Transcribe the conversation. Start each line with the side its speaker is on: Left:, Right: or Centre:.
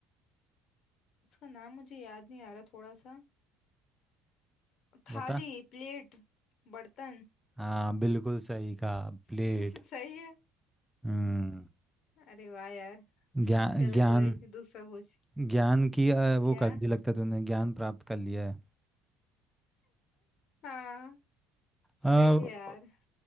Left: उसका नाम मुझे याद नहीं आ रहा थोड़ा सा थाली
Centre: बता
Left: प्लेट बर्तन
Centre: हाँ बिल्कुल सही कहा प्लेट
Left: <laughs> सही है
Centre: हम्म
Left: अरे वाह यार
Centre: ज्ञान
Left: चलो
Centre: ज्ञान
Left: कोई दूसरा पूछ
Centre: ज्ञान की अ, वो
Left: क्या
Centre: कर दी लगता है तूने ज्ञान प्राप्त कर लिया है
Left: हाँ सही
Centre: अ,
Left: है यार